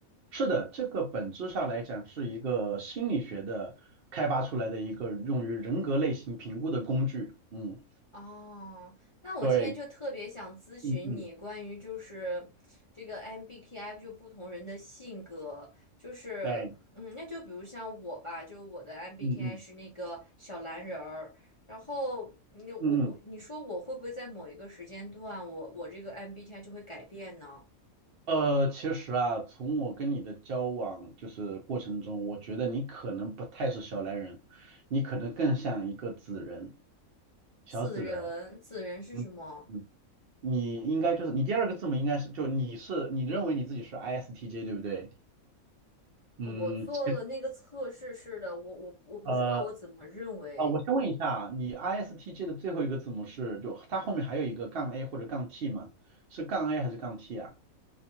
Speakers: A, on the right; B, on the left.
A: 是的，这个本质上来讲是一个心理学的开发出来的一个用于人格类型评估的工具。嗯，
B: 哦，那我今天就特别想咨询你关于就是这个
A: 对，嗯嗯，
B: MBTI 就不同人的性格，就是嗯，
A: 哎，
B: 那就比如像我吧，就我的 MBTI
A: 嗯嗯
B: 是那个小蓝人儿，然后你我我你说我会不会在某一个时间段我我这个
A: 嗯
B: MBTI 就会改变呢？
A: 嗯，呃，其实啊，从我跟你的交往就是过程中，我觉得你可能不太是小蓝人，你可能更像一个紫人，小紫人儿。
B: 子人，子人是什么？
A: 嗯嗯你应该就是你第二个字母应该是就你是你认为你自己是 ISTJ 对不对？嗯，
B: 我做了那个测试是的，
A: 其实
B: 我我我不知道我怎么认为
A: 呃呃，我先问一下，你 ISTJ 的最后一个字母是就它后面还有一个杠 A 或者杠 T 吗？是杠 A 还是杠 T 啊？